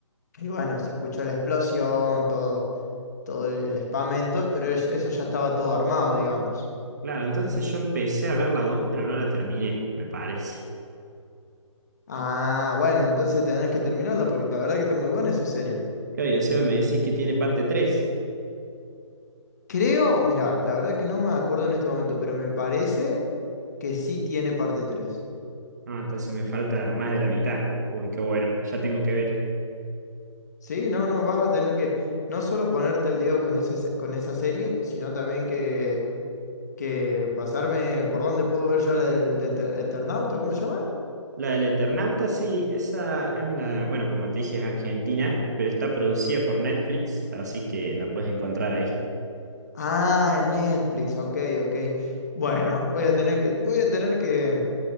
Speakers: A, on the left (about 35°); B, on the right (about 35°).
A: y bueno, se escuchó la explosión, todo, todo el, el espamento, pero es- eso ya estaba todo armado, digamos.
B: Claro, entonces yo empecé a ver la 2 pero no la terminé, me parece.
A: Ah, bueno, entonces tenés que terminarlo porque la verdad que está muy buena esa serie.
B: Claro, y encima me decís que tiene parte 3.
A: Creo, mira, la verdad que no me acuerdo en este momento, pero me parece que sí tiene parte 3.
B: Ah, entonces me falta más de la mitad. Uy, qué bueno, ya tengo que ver.
A: Sí, no, no, vas a tener que no solo ponerte al día con ese, se- con esa serie, sino también que, que pasarme por dónde puedo ver yo la del Enter- Eternauta, ¿cómo se llama?
B: La del Eternauta, sí, esa es una, bueno, como te dije, es argentina, pero está producida por Netflix, así que la puedes encontrar ahí.
A: Ah, en Netflix, ok, ok. Bueno, voy a tener que, voy a tener que,